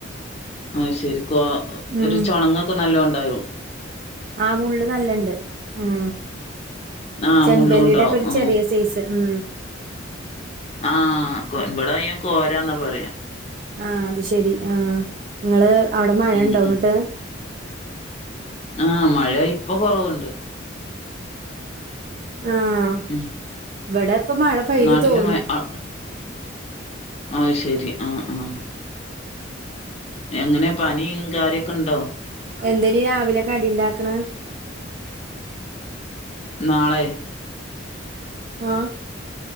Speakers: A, on the left; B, on the right.
A: അത് ശെരി കോ
B: ഉം
A: ഒരു ചൊണങ്ങോ ക്കൊ നല്ലോ ഒണ്ടായോ?
B: ആഹ് മുള്ള് നല്ല്ണ്ട് ഉം
A: ആ
B: ചെമ്പല്ലിടെക്കൊരു
A: മുള്ളും ഉണ്ടാവും ആ
B: ചെറിയ സൈസ് ഉം
A: ആഹ് കോ ഇവടെ അയ്ന് കോരാന്നാ പറയാ
B: ആഹ് അത് ശെരി ആഹ് നിങ്ങള് അവടെ മഴണ്ടോ
A: ഉം
B: ങ്ങട്ട്.
A: ആഹ് മഴ ഇപ്പോ കൊറവോണ്ട്.
B: ആഹ്
A: ഉം
B: ഇവടെ ഇപ്പ മഴ പെയ്തു
A: നാട്ടില്
B: തോർന്ന്
A: മഴ അ അത് ശെരി ആഹ് ആഹ് എങ്ങനെ പനിം കാര്യൊക്കെണ്ടോ?
B: എന്തനി രാവിലെ കടിണ്ടാക്ക്ണ്?
A: നാളെ
B: ആഹ്